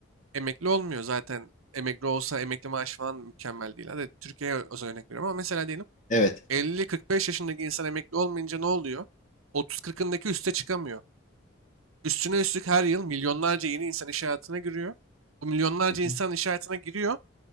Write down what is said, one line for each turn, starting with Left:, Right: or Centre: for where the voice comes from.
Right: emekli olmuyor zaten. Emekli olsa emekli maaşı falan mükemmel değil. Hadi Türkiye'ye özel örnek veriyorum ama mesela diyelim
Left: evet.
Right: elli, kırk beş yaşındaki insan emekli olmayınca ne oluyor? 30-40'ındaki üste çıkamıyor. Üstüne üstlük her yıl milyonlarca yeni insan iş hayatına giriyor. Bu milyonlarca
Left: Hı hı.
Right: insan iş hayatına giriyor.